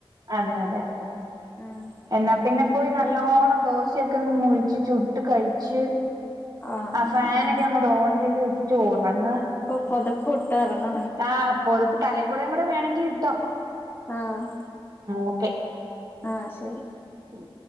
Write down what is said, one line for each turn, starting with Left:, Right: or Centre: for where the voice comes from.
Right: അതെ അതെ അതെ അതേ... !
Left: ആഹ്
Right: ! എന്നാ പിന്നെ... പോയി നല്ലോണ്ണം ദോശയൊക്കെങ്ങ് മൊരിച്ചു ചുട്ട് കഴിച്ച്...
Left: ആഹ്
Right: ആ
Left: ആഹ്
Right: ഫാനൊക്കെ
Left: ആഹ്
Right: അങ്ങോട്ട് ഓൺ ചെയ്തിട്ടിട്ട് ഓറങ്ങ..
Left: പ്പോ പൊതപ്പ്ട്ടെരണം
Right: ആഹ് പൊതപ്പ് തലേ കൂടെം കൂടെ വേണെങ്കില്ട്ടോ.
Left: ആഹ്
Right: ഓക്കെ
Left: ആഹ് ശെരി
Right: ഉം...